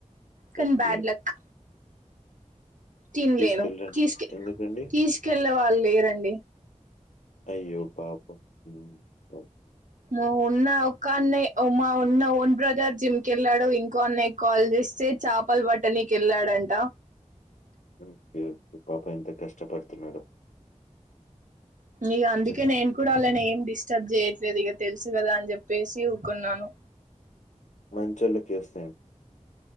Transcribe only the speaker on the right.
కన్
బ్యాడ్ లక్ తినలేను
తీసుకె
తీసుకెళ్లవ వాళ్ళు లేరండి
ఉ ఉన్న ఒకాన్న మా ఉన్న ఓన్ బ్రదర్ జిమ్కిెళ్ళాడు ఇంకో అన్న కాల్ చేస్తే చేపలు బట్టనీక వెళ్ళాడంట
ఇగ అందుకే
నేను కూడా అలానే ఏం డిస్టర్బ్ చేయ దిగా తెలుసు కదా అని చెప్పి పేసి ఊకునాను